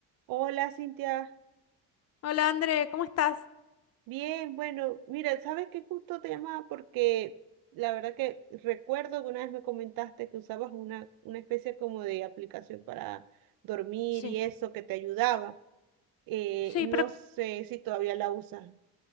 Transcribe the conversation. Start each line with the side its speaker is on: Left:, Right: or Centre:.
Right: Hola, Cintia.
Left: Hola André, ¿cómo estás?
Right: Bien, bueno, mira, sabes que justo te llamaba porque la verdad que recuerdo que una vez me comentaste que usabas una, una especie como de aplicación para dormir
Left: Sí,
Right: y eso que te ayudaba. Eh,
Left: sí,
Right: no
Left: pero
Right: sé si todavía la usas.